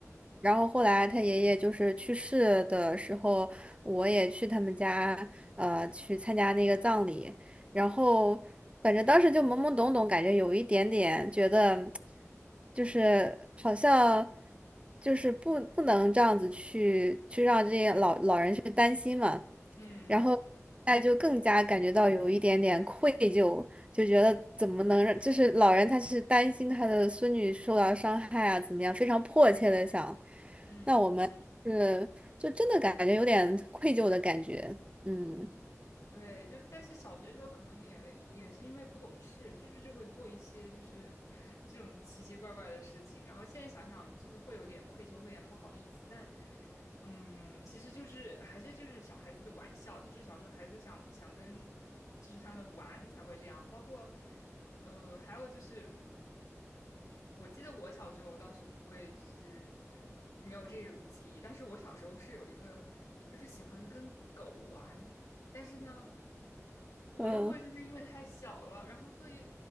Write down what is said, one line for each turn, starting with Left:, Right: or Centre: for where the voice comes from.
Right: 然后后来他爷爷就是去世的时候，我也去他们家，呃，去参加那个葬礼。然后反正当时就懵懵懂懂，感觉有一点点觉得，就是好像就是不不能这样子去去让这些老老人去担心嘛。
Left: 嗯
Right: 然后哎，就更加感觉到有一点点愧疚，就觉得怎么能让，就是老人他是担心他的孙女受到伤害啊，怎么样，非常迫切的想，
Left: 嗯。
Right: 我们是就真的感觉有点愧疚的感觉，嗯
Left: 对，就但是小学时候可能也为也是因为不懂事，确实就会做一些就是 <laughs> 这种奇奇怪怪的事情。然后现在想想，就是会有点愧疚，会有点不好意思。但嗯，其实就是还是就是小孩子的玩笑，就是小时候孩子想想跟就是他们玩才会这样。包括呃，还有就是。我记得我小时候倒是不会，就是没有这种记忆。但是我小时候是有一个，就是喜欢跟狗玩，但是呢，我又会就是因为太小了，
Right: 嗯
Left: 然后所以